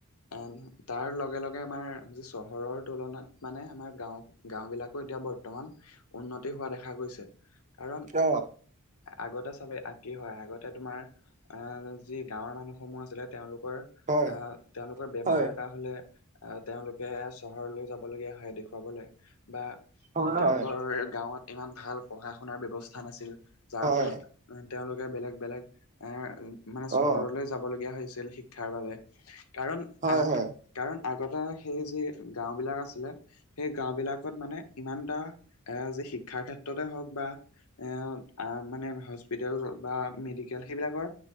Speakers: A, on the left; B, on the right.
A: অ তাৰ লগে লগে আমাৰ যি চহৰৰ তুলনাত মানে আমাৰ গাও গাও বিলাক, এতিয়া বৰ্তমান উন্নতি হোৱা দেখা গৈছে কাৰণ,
B: অ
A: আগতে চাবেই কি হয় আগতে তোমাৰ, আহ যি গাঁৱৰ মানুহ সমূহ আছিলে তেওঁলোকৰ
B: হয়
A: আহ তেওঁলোকৰ বেমাৰ
B: হয়
A: এটা হলে আহ তেওঁলোকে চহৰলৈ যাবলগীয়া হয় দেখুৱাবলৈ বা,
B: হয়
A: তেওঁলোকৰ
B: হয়
A: গাঁৱত ইমান ভাল পঢ়া শুনাৰ ব্যৱস্থা নাছিল যাৰ
B: হয়
A: ফলত তেওঁলোকে বেলেগ বেলেগ এ মানে চহৰলৈ
B: অ
A: যাব লগগীয়া হৈছিল শিক্ষাৰ বাবে। কাৰণ
B: হয়
A: আহ,
B: হয়
A: কাৰণ আগতে সেই যি গাও বিলাক আছিলে সেই গাও বিলাকত মানে। ইমান এটা এ যে শিক্ষাৰ ক্ষেত্ৰতে হওক বা, এ মানে হস্পিতেল বা মেডিকেল সেইবিলাকৰ